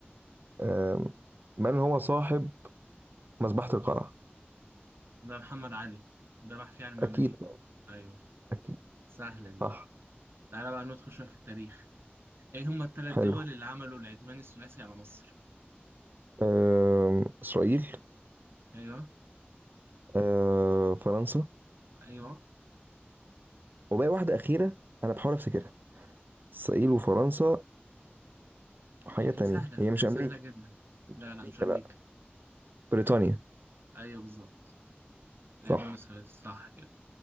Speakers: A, on the right; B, on the right.
A: آه من هو صاحب مذبحة القلعة
B: ده محمد علي ده محفي عن المماليك
A: اكيد
B: ايوه
A: اكيد
B: سهله دي
A: صح
B: تعالى بقى ندخل شويه في التاريخ ايه هما الثلاث
A: حلو
B: دول اللي عملوا العدوان الثلاثي على مصر
A: آه، إسرائيل
B: ايوه
A: آه، فرنسا
B: ايوه
A: وباقي واحدة أخيرة أنا بحاول أفتكرها إسرائيل وفرنسا وحاجة
B: يعني
A: تانية
B: سهله
A: هي مش
B: سهله
A: أمريكا
B: جدا
A: مش
B: لا لا
A: أمريكا
B: مش امريكا
A: لأ بريطانيا
B: ايوه بالظبط العدوان
A: صح
B: الثلاثي صح كده